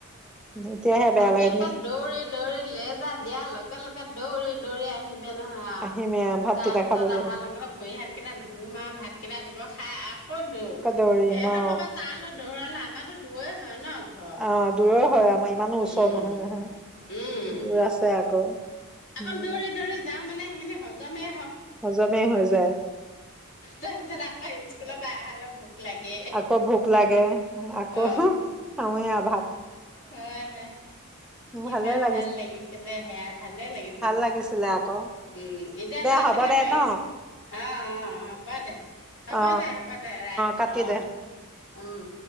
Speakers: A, in the centre; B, on the left.
A: এতিয়াহে বেয়া
B: আমি
A: লাগে
B: একে দৌৰি দৌৰি লেজাৰ দিয়া লগে লগে দৌৰি দৌৰি আহিম নহয় আৰু
A: আহিমে ভাতকেইটা
B: তাৰ পিছত
A: খাবলৈ
B: আহাৰ লগে লগে ভৰি হাত কেইটা ধুম আৰু ভাতকেইটা দিব ক'ত দৌৰ
A: আকৌ দৌৰিম
B: এদখ
A: অ
B: পা তালৈ দৌৰাত আমাটো দুয়ে হয় ন ঘৰ।
A: অ দূৰৰ হয় আমাৰ ইমানো ওচৰ
B: উম
A: নহয় নহয়
B: উম
A: দূৰ আছে আকৌ
B: আকৌ
A: উম
B: দৌৰি দৌৰি যাওঁ মানে সেইখিনি সজ জমে
A: হজমেই হৈ য
B: তাৰ পিছত আকৌ স্কুলৰ পৰা ন ভোক লাগে
A: আকৌ ভোক লাগে। আকৌ
B: অ
A: খাওঁৱে আৰু ভাত
B: হ দে কিমান
A: ভালে লাগিছে
B: ভাল লাগিছিলে সেয়া ভালেই লাগিছিল
A: ভাল লাগিছিলে আকৌ
B: উম এতিয়া
A: দে
B: ল'ৰা
A: হ'ব
B: ছোৱালী
A: দে
B: আকৌ
A: ন
B: আহ অ অ হ'ব দে হ'ব
A: অ
B: দে হ'ব দে ৰাখ।
A: কাটি
B: অ
A: দে
B: উম